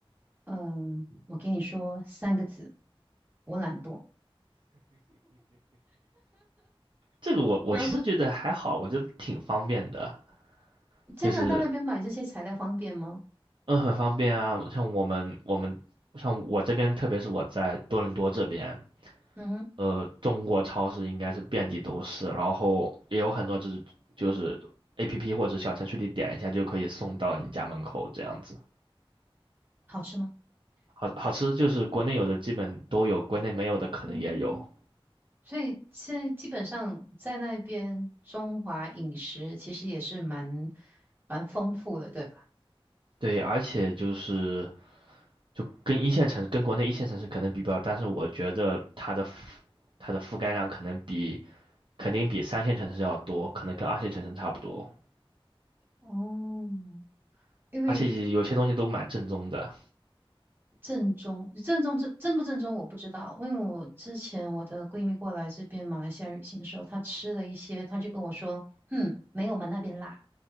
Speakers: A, on the right; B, on the right.
A: 嗯、呃我跟你说三个字，我懒惰。<laughs>
B: 这个我我其实觉得还好，
A: 然后。
B: 我觉得挺方便的，
A: 加拿大那边买这些材料方便吗？
B: 就是嗯很方便啊。像我们我们像我这边，特别是我在多伦多这边，
A: 嗯哼，
B: 呃，中国超市应该是遍地都是，然后也有很多就是就是 APP 或者小程序里点一下就可以送到你家门口这样子。
A: 好吃吗？
B: 好好吃就是国内有的基本都有，国内没有的可能也有。
A: 嗯，所以现在基本上在那边中华饮食其实也是蛮蛮丰富的，对吧？
B: 对，而且就是就跟一线城市跟国内一线城市可能比不了，但是我觉得它的覆它的覆盖量可能比肯定比三线城市要多，可能跟二线城市差不多。
A: 哦，因为
B: 而且有些东西都蛮正宗的
A: 正宗正宗正正不正宗我不知道，因为我之前我的闺蜜过来这边马来西亚旅行的时候，她吃了一些，她就跟我说，嗯，没有我们那边辣。